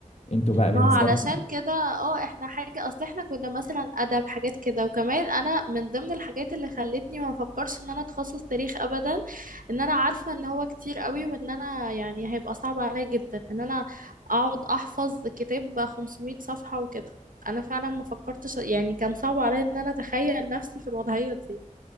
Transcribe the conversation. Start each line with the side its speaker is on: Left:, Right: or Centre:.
Left: انتوا بقى بالنسبة
Right: ما هو علشان كده اه احنا حاجة اصل احنا كنا مثلا ادب حاجات كده وكمان انا من ضمن الحاجات اللي خلتني ما افكرش ان انا اتخصص تاريخ ابدا ان انا عارفة ان هو كتير قوي وان انا يعني هيبقى صعب عليا جدا ان انا اقعد احفظ كتاب 500 صفحة وكده انا فعلا ما فكرتش يعني كان صعب عليا ان انا اتخيل نفسي في الوضعية دي